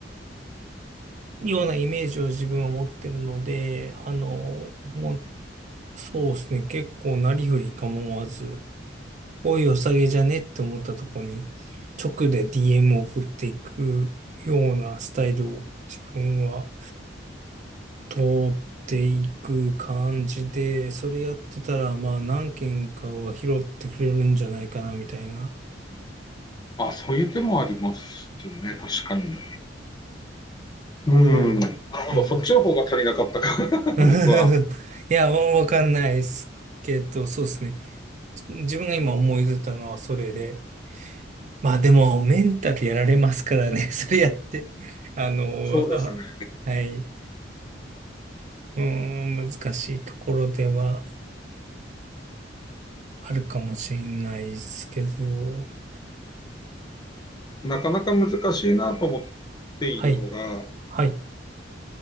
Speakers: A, on the right (about 40°); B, on the left (about 25°).
A: ようなイメージを自分は持ってるので、あの、もう、そうですね、結構なりふり構わず、おい、おさげじゃねって思ったとこに、直で DM を送っていくようなスタイルを自分は通っていく感じで、それやってたら、まあ何件かは拾ってくれるんじゃないかな、みたいな。
B: あ、そういう手もありますね、確かに。うん。
A: おう。
B: なるほど。
A: うん。
B: そっちの方が足りなかったか。<laughs>
A: <laughs>
B: 僕は。
A: いや、わわかんないですけど、そうですね。自分が今思い出たのはそれで。まあでも、メンタルやられますからね、<laughs> それやって。あの、
B: そうですね。
A: あ、はい。うーん、難しいところではあるかもしれないですけど、
B: <laughs> なかなか難しいなと思っているのが、
A: はい、はい、